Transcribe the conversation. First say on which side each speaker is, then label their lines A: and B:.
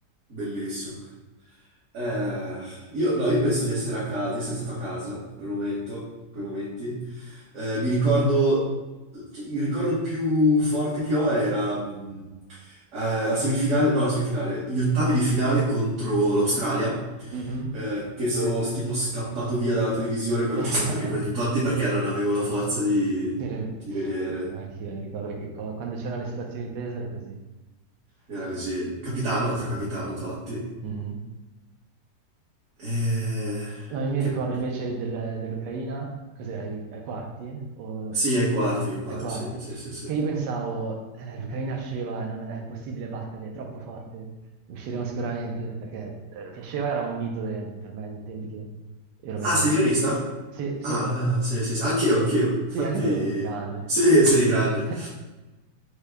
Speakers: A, on the right (about 50°); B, on the right (about 80°).
A: bellissimo. Eh, io, no, io penso di essere, a ca- di essere stato a casa in quel momento, in quei momenti. Eh, mi ricordo, cioè, il ricordo più forte che ho era mh, eh, la semifinale, no, la semifinale, gli ottavi di finale contro l'Australia,
B: Mhm.
A: eh, che sono tipo scappato via dalla televisione quando
B: <laughs>
A: c'è stato il rigore di Totti perché non avevo la forza di,
B: Eh,
A: di vedere.
B: Anch'io mi ricordo che co- quando c'erano le situazioni tese era così.
A: Era così. Capitano, altro capitano Totti.
B: Mhm.
A: Eh,
B: No, io mi
A: che...
B: ricordo invece del- dell'Ucraina, cos'era, ai, ai quarti? O-
A: Sì, ai quarti mi pare,
B: ai quarti,
A: sì, sì, sì, sì.
B: che io pensavo, eh, l'Ucraina sceva, non è, è impossibile batterli, è troppo forte, usciremo sicuramente, perché eh, che sceva era un mito de- per me dei tempi che ero milanista.
A: Ah, sei milanista?
B: Sì, sì.
A: Ah, ah, sì, sì, sì. Anch'io, anch'io. Infatti,
B: Sì, anche tu, grande.
A: sì, sì, grande.
B: <laughs>